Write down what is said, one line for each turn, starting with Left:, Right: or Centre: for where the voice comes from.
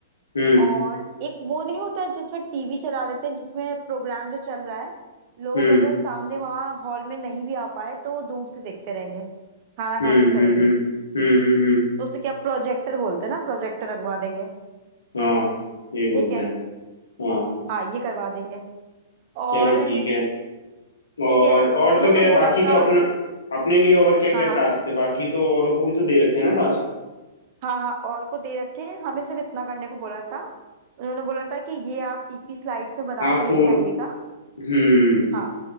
Left: हम्म
Right: और एक वो नहीं होता है जिसमें टीवी चला देते हैं जिसमें प्रोग्राम जो चल रहा है लोग
Left: हम्म
Right: अगर सामने वहां हॉल में नहीं भी आ पाए तो वो दूर से देखते रहेंगे खाना खाते
Left: हम्म
Right: समय
Left: हम्म
Right: भी
Left: हम्म हम्म हम्म हम्म
Right: तो उसे क्या प्रोजेक्टर बोलते हैं ना प्रोजेक्टर लगवा देंगे
Left: हाँ यही बोलते
Right: ठीक है
Left: हैं हाँ
Right: हाँ ये करवा देंगे और
Left: चलो ठीक है और
Right: ठीक है
Left: और
Right: उन्होंने
Left: तो क्या है बाकी
Right: बोला
Left: तो
Right: था
Left: अपना अपने लिए और क्या क्या
Right: हाँ
Left: टास्क थे बाकी तो औरों को भी तो दे रखे हैं ना टास्क
Right: हाँ हाँ और को दे रखे हैं, हमें सिर्फ इतना करने को बोला था उन्होंने बोला था कि ये आप पीपी स्लाइड्स में बना
Left: हाँ
Right: के
Left: फूड
Right: लेके आइएगा
Left: हम्म
Right: हाँ